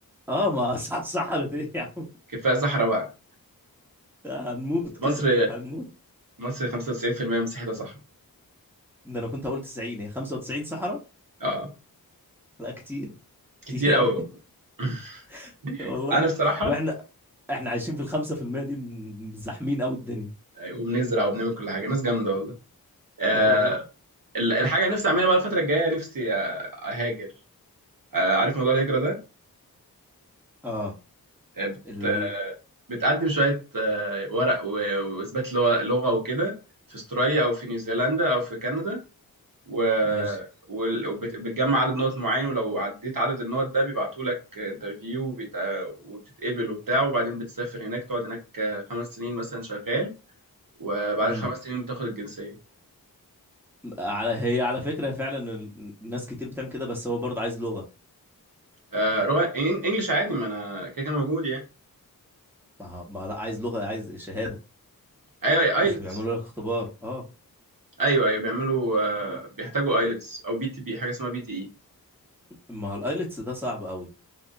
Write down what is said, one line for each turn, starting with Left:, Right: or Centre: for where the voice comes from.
Centre: اه ما <laughs> صح- صحرت ايه يا عم
Right: كفاية صحراء بقى
Centre: هنموت كده
Right: مصر
Centre: هنموت
Right: مصر 95% مساحتها صحراء
Centre: ده انا كنت هقول 90 هي 95 صحراء
Right: اه
Centre: لا كتير كتير
Right: كتير قوي
Centre: قوي
Right: والله <laughs>
Centre: <laughs> والله
Right: انا الصراحه
Centre: واحنا احنا عايشين في الخمسة في المية دي م- زاحمين قوي الدنيا
Right: وبنزرع وبنعمل كل حاجه ناس جامده والله آه
Centre: لا والله
Right: ال- الحاجه اللي نفسي اعملها بقى الفتره الجايه نفسي آه، اهاجر آه عارف موضوع الهجره ده
Centre: اه
Right: آه، بت
Centre: ال...
Right: بتقدم شويه آه، ورق و- واثبات لغه لغة وكده في استراليا او في نيوزيلندا او في كندا و...
Centre: ماشي
Right: وال- وبت- بتجمع عدد نقط معين ولو عديت عدد النقط ده بيبعتوا لك انترفيو وبيت... وبتتقبل وبتاع وبعدين بتسافر هناك تقعد هناك خمس سنين مثلا شغال وبعد
Centre: امم
Right: الخمس سنين بتاخد الجنسية
Centre: على هي على فكرة فعلا ال- الناس كتير بتعمل كده بس هو برضه عايز لغة
Right: آه رو... إن- انجلش عادي ما انا كده كده موجود يعني
Centre: ما ه- ما لا عايز لغة عايز شهادة
Right: ايوه ايلتس
Centre: مش بيعملوا لك اختبار اه
Right: ايوه ايوه بيعملوا آه بيحتاجوا ايلتس او بي تي بي حاجة اسمها بي تي اي
Centre: ما هو الايلتس ده صعب قوي